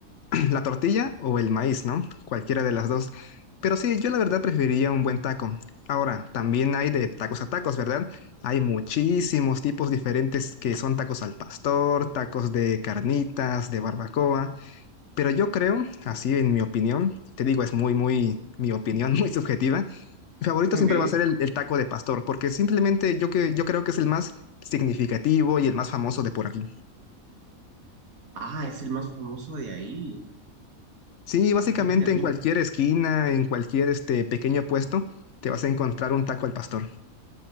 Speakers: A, on the left; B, on the right.
A: <clears throat> La tortilla o el maíz, ¿no? Cualquiera de las dos. Pero sí, yo la verdad preferiría un buen taco. Ahora, también
B: Mm.
A: hay de tacos a tacos, ¿verdad? Hay muchísimos tipos diferentes que son tacos al pastor, tacos de carnitas, de barbacoa. Pero yo creo, así en mi opinión, te digo, es muy, muy, mi opinión <laughs> muy subjetiva, mi favorito
B: Ok.
A: siempre va a ser el, el taco de pastor, porque simplemente yo, que, yo creo que es el más significativo y el más famoso de por aquí.
B: Ah, es el más famoso de ahí.
A: Sí, básicamente
B: Ah, mira, aquí.
A: en cualquier esquina, en cualquier este pequeño puesto, te vas a encontrar un taco al pastor.